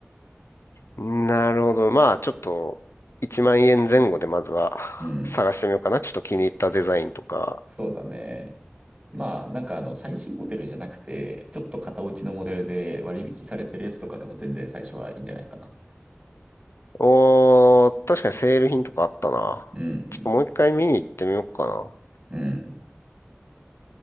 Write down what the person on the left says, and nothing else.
なるほど。まあ、ちょっと、1万円前後でまずは
<sighs> 探してみようかな。ちょっと気に入ったデザインとか。
おー、確かにセール品とかあったな。
ちょっともう一回見に行ってみようかな。